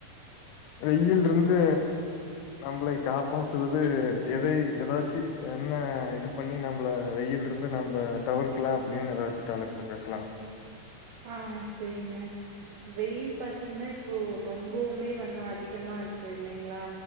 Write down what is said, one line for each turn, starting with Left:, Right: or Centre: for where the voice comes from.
Left: வெய்யில்ருந்து நம்ப்ளை காப்பாத் துவது எதை எதாச்சு என்ன இது பண்ணி நம்புள வெய்யில்ருந்து நம்ப தவிர்க் கல அப்டின்னத வச்சு தலைப்புல பேஸ்லாங்
Right: ஆ சேரிங்க வெய்யில் பாத்தீங்னா இப்போ ரொம்பொவுமே வந் அதிக் கமாருக்கு இல்லைங்ளா